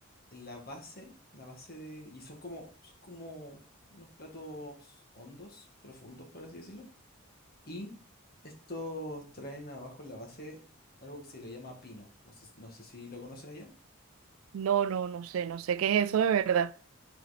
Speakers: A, on the left; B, on the right.
A: la base, la base de... Y son como, son como unos platos hondos, profundos, por así decirlo. Y estos traen abajo en la base algo que se le llama pino. No sé, no sé si lo conocen allá.
B: No, no, no sé, no sé qué es eso de verdad.